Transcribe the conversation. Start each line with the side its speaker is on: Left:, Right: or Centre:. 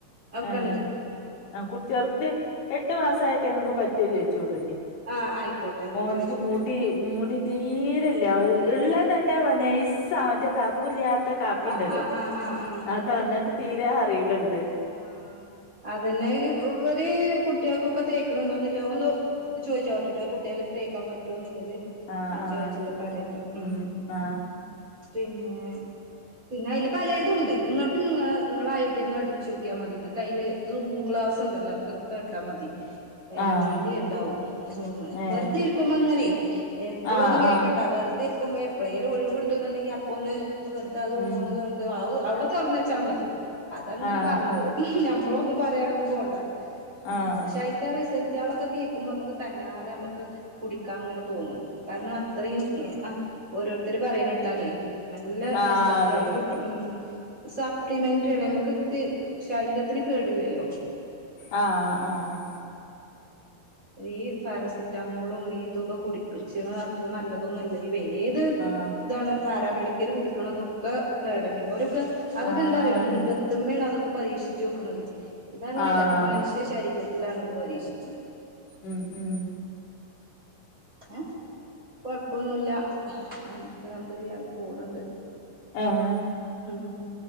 Right: അതൊക്കെണ്ട്
Left: ഏ ആ കുട്ടി ചെറുത് എട്ട് മാസായിട്ട് ങ്ങക്ക് പറ്റുവോചോയ് യിച്ചോക്കണ്ട്
Right: ആ ആയിക്കോട്ടെ ഞാൻ
Left: ഒന്ക്ക്മുടി
Right: ചോദിച്ചോക്കാം
Left: മുടി തീരെല്ലള്ള തന്നെ നൈസ് സാധാ കറുപ്പില്ലാത്ത കാപ്പിണ്ടല്ലോ
Right: ആ ആ ആ ആ ആ
Left: അതന്നട്ട് തീരെ അറിയൂലല്ലേത്
Right: ആ അതല്ലേ ഇവര് കുട്ടികൾക്കൊക്ക തേക്കണണ്ടോന്നിലോന്ന് ചോയിച്ചോക്കെട്ട ട്ടോ കുട്ടിയോൾക്ക് ‌ തേക്കാൻ പറ്റുമോന്നുള്ളത്
Left: ആഹ്
Right: ഞാൻ
Left: ആഹ്
Right: ചോയിച്ചിട്ട്
Left: ചോദിച്ചത്
Right: പറയണ്ട് ഉം
Left: ആഹ്
Right: പിന്നെ പിന്നെ അയിൽ പല തുണ്ട് നിങ്ങൾക്ക്ങ്ങള നിങ്ങള ഐ ഡി ഒന്ന അടീ- ചോയ്ക്കാ മതി എന്നിട്ട് അയില് സൂം ക്ലാസ്ണ്ടല്ലോ അതക്ക കേട്ടാൽ മതി ഡൈലി
Left: ആഹ്
Right: ഇണ്ടാവുംസൂം
Left: ഏഹ്
Right: വെറുതെരിക്കുമ്പങ്ങനെയ് എപ്പോഴൊന്നും
Left: ആഹ്
Right: കേക്കണ്ട
Left: ആഹ്
Right: വെറുതെ ഇരിക്കുമ്പോ എപ്പോഴേലും ഒഴിവുണ്ട്ന്നുണ്ടെങ്കി അപ്പ ഒന്ന് വെറുത അത് സൂംഒന്നു
Left: ഉം
Right: കേക്കുവാ അത് അത് അവിട തൊറന്ന് വെച്ചാ മതി അതങ്ങനെ
Left: ആഹ് ആഹ്
Right: <inaudible> ഞമ്മളൊന്നും പറയാനൊന്നും പോണ്ടപക്ഷേ
Left: ആഹ്
Right: ആയ് റിസൽറ്റ്കളക്കെ കേൾക്കുമ്പോ നമക്ക് തന്നാലെ നമുക്ക് കുടിക്കാൻ ങ്ങനെ തോന്നും കാരണം അത്രയും ഉം അ ഓരോരുത്തർ പറയുന്ന കേട്ടാലേ നല്ല
Left: ആഹ്
Right: റിസൽട്റ്റ്കള്
Left: അതന്നെ
Right: കിട്ട- ഉം സപ്ലിമെന്ററിയണ് നമ്മക്ക്ത് ശരീരത്തിന് കേടില്ലല്ലോ
Left: ആഹ്
Right: അതാണ്
Left: ആഹ്
Right: അതാണ് ഈ പാരസിറ്റാമോളും ഈ ഇതൊക്കെ കുടിച്ചന് അത്ര നല്ലതൊന്നുമല്ല ഈ ഏത്
Left: ആഹ്
Right: ഇതാണ് പാരാമെഡിക്കൽ കുടിക്കണതൊക്കകെടന്നെ ഓല്ക്ക് അതക്കെ
Left: ആഹ്
Right: ന്താറിയോ
Left: ആന്നെ
Right: മൃഗ ത്തിമ്മേണതൊക്ക പരീക്ഷിച്ചോക്കണത് ഇതങ്ങനെയല്ലത്
Left: ആഹ്
Right: മനുഷ്യ ശരീരത്തിലാണ്ത് പരീക്ഷിച്ചത്
Left: ഉം ഉം
Right: ഏഹ് കൊഴപ്പൊന്നുല്ലഅഹ് അല്ഹംദുലില്ലാഹ് പോണണ്ട്
Left: ആഹ്
Right: ഉം